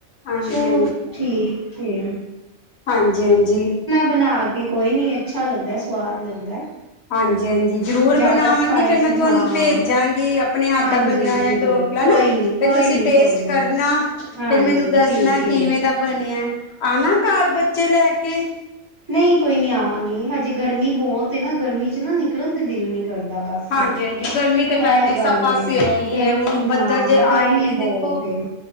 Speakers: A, on the left (about 65°); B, on the right (about 25°).
A: ਹਾਂਜੀ
B: ਚਲੋ
A: ਹਾਂਜੀ
B: ਠੀਕ ਹੈ।
A: ਹਾਂਜੀ ਹਾਂਜੀ।
B: ਬਣਾ ਕੇ ਕੋਈ ਨਹੀਂ, ਅੱਛਾ ਲੱਗਦਾ ਸਵਾਦ ਲੱਗਦਾ।
A: ਹਾਂਜੀ ਹਾਂਜੀ ਜਰੂਰ
B: ਜ਼ਿਆਦਾ
A: ਬਣਾਵਾਂਗੀ
B: ਸਪਾਈਸੀ
A: ਫਿਰ, ਮੈਂ ਤੁਹਾਨੂੰ
B: ਹਾਂ
A: ਭੇਜਾਂਗੀ। ਆਪਣੇ ਹੱਥ
B: ਹਾਂਜੀ
A: ਦਾ ਭੁੰਨਿਆ ਹੋਇਆ
B: ਜ਼ਰੂਰ
A: ਠੋਕਲਾ
B: ਕੋਈ
A: ਨਾ
B: ਨੀ
A: ਫਿਰ
B: ਕੋਈ
A: ਤੁਸੀਂ
B: ਨੀ
A: ਟੇਸਟ
B: ਕੋਈ ਨੀ
A: ਕਰਨਾ ਫਿਰ
B: ਹਾਂਜੀ
A: ਮੈਨੂੰ ਦੱਸਣਾ
B: ਠੀਕ ਏ
A: ਕਿਵੇਂ ਦਾ ਬਣਿਆ ਆਨਾ ਕਾਰ ਬੱਚੇ ਲੈ ਕੇ।
B: ਨਹੀ ਕੋਈ ਨਹੀ ਆਵਾਂਗੀ ਹਜੇ ਗਰਮੀ ਬਹੁਤ ਏ ਨਾ ਗਰਮੀ ਚ ਨਾ ਨਿਕਲਣ ਤੇ ਦਿਲ ਨਹੀਂ ਕਰਦਾ ਬਸ।
A: ਹਾਂਜੀ ਹਾਂਜੀ ਗਰਮੀ
B: ਇਹ
A: ਤਾਂ ਭੈਣ ਜੀ
B: ਗੱਲ
A: ਸਭ ਪਾਸ
B: ਏ
A: ਇਹ ਹੀ
B: ਗਰਮੀ
A: ਹੈ ਹੁਣ ਬੱਦਲ
B: ਹਾਂ
A: ਜੇ
B: ਗਰਮੀ
A: ਆਏ ਨੇ ਦੇਖੋ।
B: ਬਹੁਤ ਏ